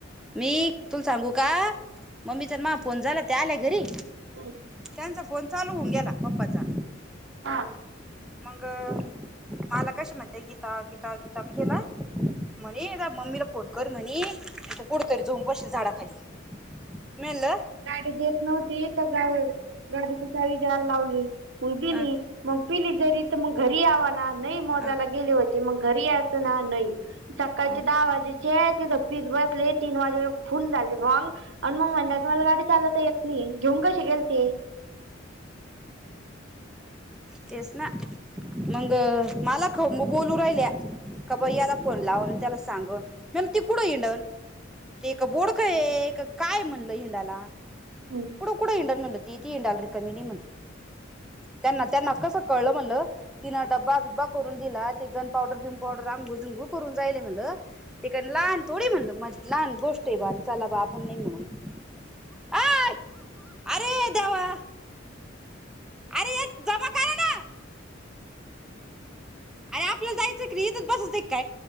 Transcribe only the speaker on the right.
हम.
हा.
गाडी देत नव्हती. त्या गावाल गाडीची चावी द्याया लावली. मग दिली.
मग पिली जरी तर, मग घरी यावा नाही मोजाला
गेले होते. मग घरी यायाचं ना. नाही. सकाळचे
दहा वाजे त्या तिथं पीत बसले. तीन वाजे <unintelligible> फुल झाले मंग. अन् मग म्हणल्यात मला गाडी चालवता येत नाही. घेऊन कशी गेलते.
हम्.